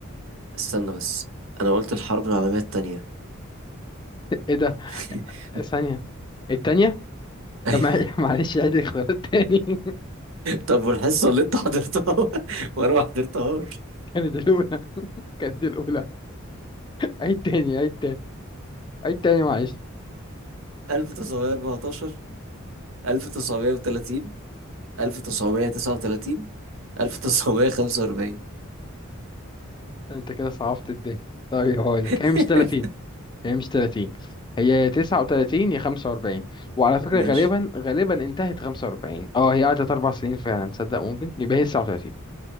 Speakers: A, on the right (about 65°); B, on the left (about 20°).
A: استنى بس أنا قلت الحرب العالمية التانية
B: ايه ده
A: <laughs>
B: ثانيه التانية
A: أيوة
B: طب مع- <laughs> معلش عيد الاختيارات تاني <laughs>
A: طب والحصة اللي أنت حضرتها <laughs> وأنا ما حضرتهاش
B: كانت الاولى كانت الاولى عيد تاني عيد تاني عيد تاني معلش
A: 1914 1930 1939 1945
B: انت كده صعبت الدنيا طيب هقول
A: <laughs>
B: لك هي مش 30 هي مش 30 هي يا 39 يا 45 وعلى فكرة
A: ماشي
B: غالبا غالبا انتهت 45 اه هي قعدت اربع سنين فعلا تصدق ممكن يبقى هي 39